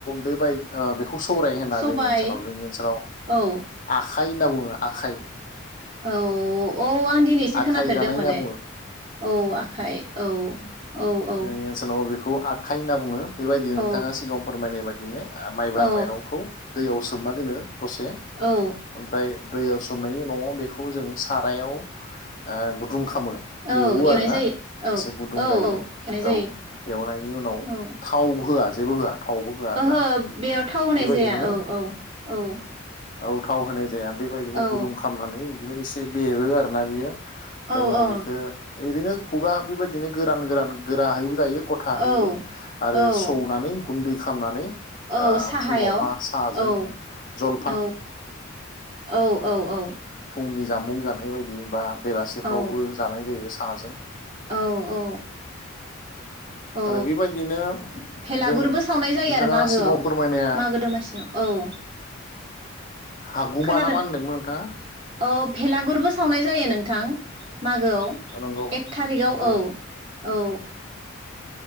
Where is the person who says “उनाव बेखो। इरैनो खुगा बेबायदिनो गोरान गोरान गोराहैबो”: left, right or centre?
Left